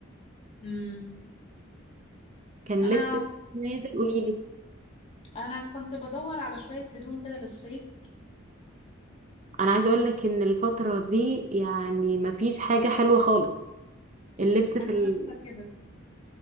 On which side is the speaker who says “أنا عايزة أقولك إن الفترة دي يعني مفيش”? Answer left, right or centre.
Right